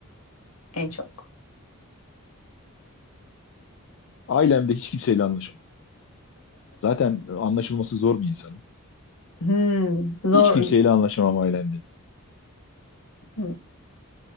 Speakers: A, on the left (about 85°); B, on the left (about 60°).
A: en çok? <laughs>
B: Ailemde hiç kimseyle anlaşamam. Zaten anlaşılması zor bir insanım.
A: Hmm, zor.
B: Hiç kimseyle anlaşamam ailemde.
A: hmm.